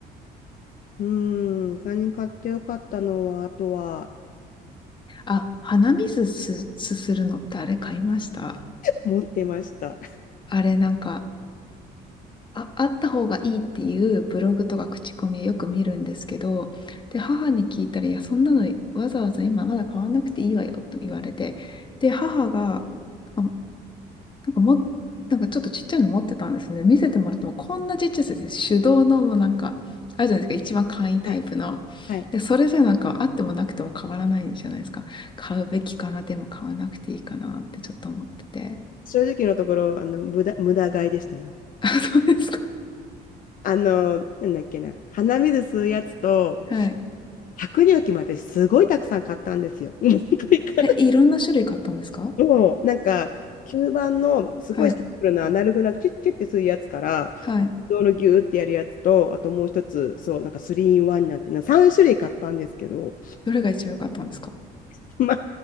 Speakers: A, on the left (about 55°); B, on the left (about 30°).
A: うーん他に買ってよかったのはあとは
B: あ、鼻水す、すするのってあれ買いました
A: 持ってました
B: あれなんか、あ、あった方がいいっていうブログとか口コミをよく見るんですけど、で、母に聞いたら、いや、そんなのわざわざ今まだ買わなくていいわよと言われて、で、母が、あ、なんかも、なんかちょっとちっちゃいの持ってたんですね。見せてもらっても、こんなちっちゃいやつです手動のもうなんか、あるじゃないですか、一番簡易タイプの。
A: <laughs> はいはい
B: で、それじゃなんかあってもなくても変わらないじゃないですか。買うべきかな、でも買わなくていいかなってちょっと思ってて。
A: 正直のところあの無駄、無駄買いでしたね
B: <laughs> あ、そうですか。
A: あのなんだっけな鼻水吸うやつと
B: はい。
A: 百乳器も私すごいたくさん買ったんですよ <laughs> 今ごいか
B: え、いろんな種類買ったんですか
A: そう、なんか、吸盤のすごいシンプルなアナログなキュッキュッてするやつから、
B: はい。はい。
A: 自動のギューってやるやつと、あともう一つ、そう、なんか 3in1 になってるな、3種類買ったんですけど、
B: どれが一番良かったんですか
A: <laughs> ま、